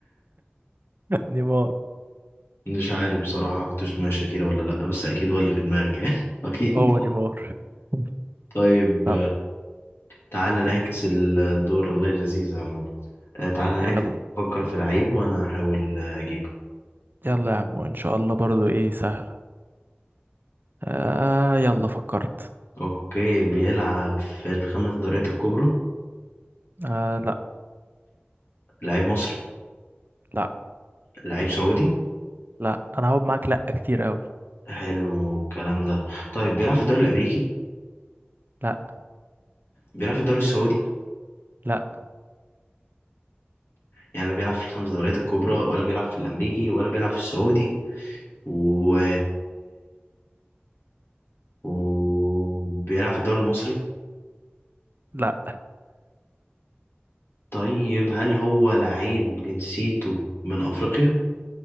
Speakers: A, on the right (about 50°); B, on the left (about 70°).
A: نيمار
B: مش عارف بصراحة كنت اسمها شاكيرا ولا لأ بس أكيد هو اللي في دماغك يعني <laughs> أكيد
A: هو
B: طبعا.
A: نيمار <laughs>
B: طيب
A: طب
B: تعالى نعكس
A: ي-
B: الدور الله لذيذ عامة تعالى نعكس
A: يلا
B: فكر في لعيب وأنا هحاول أجيبه
A: يلا يا عم ان شاء الله برضو ايه سهلة آه يلا فكرت
B: اوكي بيلعب في الخمس دوريات الكبرى
A: آه لا
B: لعيب مصري
A: لا
B: لعيب سعودي
A: لا انا هقعد معاك لا كتير قوي
B: حلو الكلام ده طيب بيلعب في الدوري الامريكي
A: لا
B: بيلعب في الدوري السعودي
A: لا
B: يعني لا بيلعب في الخمس دوريات الكبرى ولا بيلعب في الامريكي ولا بيلعب في السعودي و وبيلعب في الدوري المصري
A: لا
B: طيب هل هو لعيب جنسيته من افريقيا